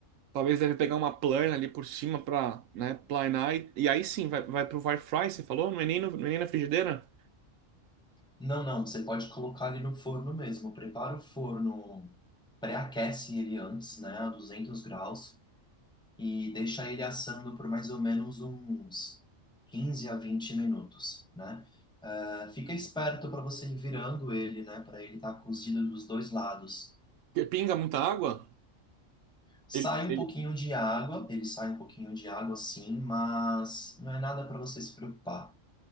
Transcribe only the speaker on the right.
Talvez deve pegar uma plana ali por cima pra, né, planar. E, e aí sim, vai, vai pro air fry, você falou? Não é nem, no- não é nem na frigideira?
Pinga muita água?
Ele, ele-